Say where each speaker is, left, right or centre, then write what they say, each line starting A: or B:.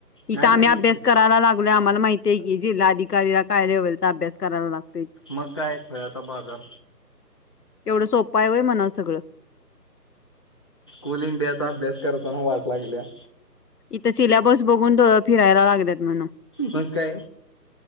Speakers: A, on the left; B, on the left.
A: इथं
B: नाही
A: आम्ही
B: नाही
A: अभ्यास करायला लागलो आम्हाला माहित ते की जिल्हा अधिकारीला काय लेव्हल चा अभ्यास करायला लागतो
B: मग काय खुळयाचा बाजार
A: एवढं सोपाय होय म्हणावं सगळं
B: ऑल इंडियाचा अभ्यास करताना वाट लागलीया
A: इथं सील्याबस बघून डोळं फिरायला लागल्यात म्हणावं
B: मग काय